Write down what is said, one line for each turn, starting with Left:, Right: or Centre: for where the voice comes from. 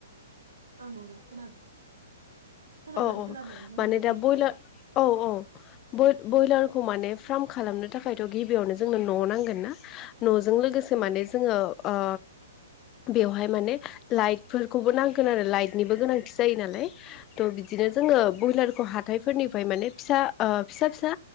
Right: आं नंगौ खोनादों खोनादों
Left: औ औ
Right: खोनादों बुंबायलाय
Left: माने दा
Right: नोंथां
Left: बयलार औ औ बय-बयलारखौ माने फार्म खालामनो थाखायथ' गिबियावनो जोंनो न' नांगोन ना न'जों लोगोसे
Right: औ
Left: माने जोङो ओ बेवहाय माने लाइटफोरखौबो नांगोन आरो लाइटनिबो गोनांथि जायो नालाय थ' बिदिनो जोङो बयलारखौ हाथायफोरनिफ्राय माने फिसा ओ फिसा फिसा